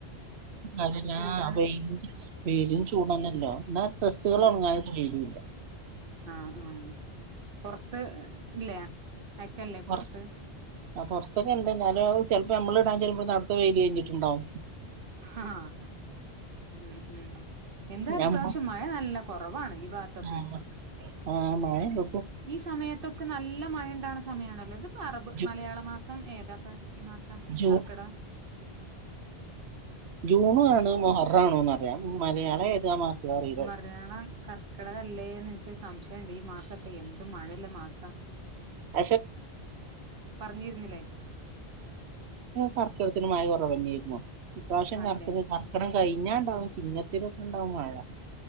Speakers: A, on the right; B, on the right.
A: അതെന്നാ
B: ചൂടാണ്
A: വെയ്ല് പെരും ചൂടാണല്ലോ എന്നാ ഡ്രസ്സ്‌കള്
B: ഉം
A: ഒറങ്ങാനൊന്നും വെരൂല
B: ആഹ് ആ പൊറത്ത് ഇല്ലേ അയക്കല്ലേ
A: പൊർത്ത്
B: പൊറത്ത്
A: ആ പൊറത്തൊക്കെ ഇണ്ട് ന്നാലും ചെ ഇപ്പ ഞമ്മള്ണ്ടാക്കിവെരുമ്പോ ന്നർത്തെ വെയ്ലി കയ്ഞ്ഞിട്ട്ണ്ടാവും
B: ആഹ് ഉം ഉം എന്താലും
A: ഞമ്മ
B: പ്രാശം മഴ നല്ല കൊറവാണ് ഈ ഭാത്തൊക്കെയ്
A: ആഹ് ആഹ് മഴണ്ട്
B: ഈ സമയത്തൊക്കെ ന്നല്ല മഴഇ ണ്ടാകണ സമയാണല്ലോ ഇത് അറബ്
A: ജൂ
B: മലയാള മാസം ഏതാപ്പ ഈ മാസം
A: ജൂ
B: കർക്കിഡാ
A: ജൂണു ആണ് മുഹറാണോന്നറിയാം മലയാളം യേത്ആ മാസം അറിയില്ല
B: മലയാളം കർക്കിടകല്ലേന്ന് എനിക്കൊരു സംശയണ്ട് ഈ മാസൊക്കെയെന്ത് അ മഴല്ല മാസ
A: <unintelligible>
B: പറഞ്ഞിരുന്നില്ലേ
A: പറഞ്ഞിനു ഇപ്രാവശ്യം
B: ആണ്ല്ലേ
A: കർക്കിടക കർകടം കഴിഞ്ഞ ഇണ്ടാവും ചിങ്ങത്തിലൊക്കെ ഉണ്ടാവും മഴ